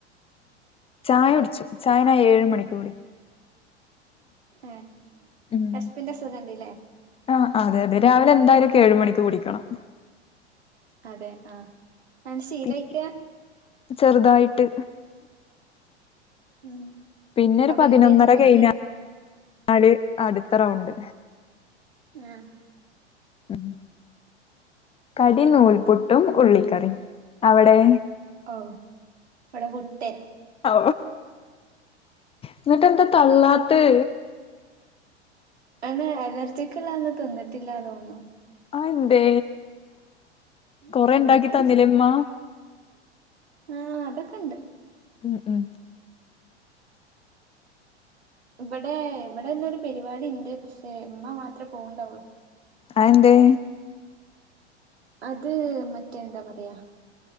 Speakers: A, on the left; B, on the right.
A: ചായ കുടിച്ചു ചായ ഞാൻ ഏഴ് മണിക്ക് കുടിക്കും
B: ഏ
A: ഉം
B: എസ് <unintelligible> പിൻ്റെ അസുഖണ്ട് ഇല്ലേ
A: ആഹ് അതെ അതെ രാവിലെ എന്തായാലും ഇൻക് ഏഴുമണിക്ക് കുടിക്കണം
B: അതെ ആഹ് അതാണ്ട് ശീലായ്ട്ടാ
A: പിന്നെ ചെറുതായിട്ട്
B: ഉം
A: പിന്നൊരു
B: അപ്പൊ
A: പതിനൊന്നര
B: എന്തേന്നു കടി
A: കഴിഞ്ഞാല് അടുത്ത റൗണ്ട്
B: ആഹ്
A: ഉം കടി നൂൽപുട്ടും ഉള്ളിക്കറി അവിടേ
B: ഓ ഇവടെ പുട്ട്
A: ഓ എന്നിട്ട് എന്താ തള്ളാത്തെ
B: അയ്ന് എനർജിക്ക്ള്ളന്ന് തിന്നിട്ടില്ലാതോന്നു.
A: അയെന്തേ
B: ഇൻക്കറീല
A: കൊറേണ്ടാക്കി തന്നിലേ ഇമ്മ?
B: ആഹ് അതൊക്കെണ്ട്.
A: ഉം ഉം.
B: ഇവടെ ഇവിടെന്നൊരു പരിപാടി ഇണ്ട് പക്ഷേ ഇമ്മ മാത്രേ പോവ്ണ്ടാവൊള്ളൂ.
A: അതെന്തേ?
B: അത് മറ്റേ എന്താ പറയാ